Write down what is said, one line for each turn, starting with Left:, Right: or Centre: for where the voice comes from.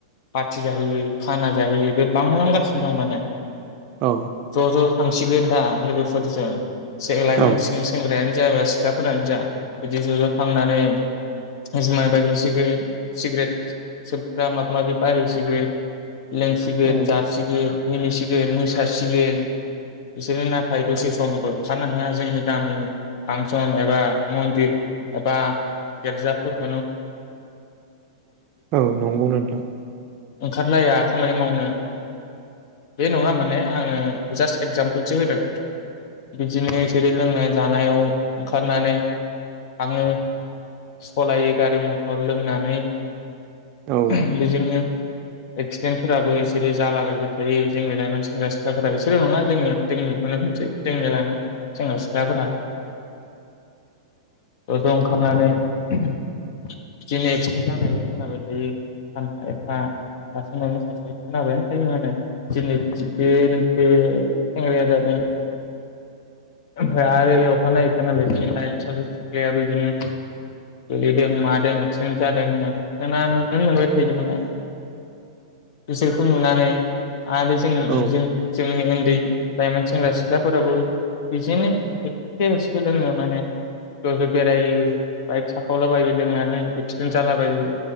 Left: <unintelligible> फुरथि जाहैयो खाना जाहोयो बे बांलांगासिनो दं माने
Right: औ
Left: ज' ज' थांसिगोन दा लोगोफोरजों जों लाइमोन
Right: औ
Left: सिं सेंग्रायानो जायाबा सिख्लाफोरानो जा बिदि ज' ज' थांनानै जुमाय बायहैसिगोन सिगारेट सोबग्रा माबा माबि <unintelligible> <unintelligible> लोंसिगोन
Right: औ
Left: जासिगोन मिनिसिगोन मोसासिगोन बिसोर ना दसे समबो ओंखारनो हाया जोंनि गामिनि फानसन एबा मन्दिर एबा गिरजाफोरखुनो
Right: औ नंगौनोथां
Left: ओंखारलाया खामानि मावनो बे नङा माने आंङो जास्ट एक्जामपोलसो होदों बिदिनो बिसोरो लोंनाय जानायाव ओंखारनानै थांङो सालायो गारि मथर लोंनानै
Right: औ
Left: बेजोंनो एक्सिडेन्टफोराबो बिसोरो जालाबायबाय थायो जोंनि लाइमोन सेंग्रा सिख्लाफोरा इसोर' नङा जोंनि जोंनिखौनो होनसै जोंनि लाइमोन सेंग्रा सिख्लाफोरा ज' ज' ओंखारनानै बिदिनो एक्सिडेन्ट जानायबो खोनाबाय थायो सानफा एफ फा दासिमावनो सासे खोनाबायानो थायो माने दिनै बे बे सेंग्राया जादों ओमफ्राय आरो अखानायै खोनालायसिगोनलाय सासे सिख्लाया बिदिनो गोलैदों मादों एक्सिडेन्ट जादों होननानै खोनानो नुनो मोनबाय थायो माने। बिसोरखौ नुनानै आरो जों
Right: औ
Left: जोंनि उन्दै लाइमोन सेंग्रा सिख्लाफोराबो बिदिनो एखे एसे लोङो माने ज' ज' बेरायो बाइक साखावलाबायो लोंनानै एक्सिडेन्ट जालाबायो।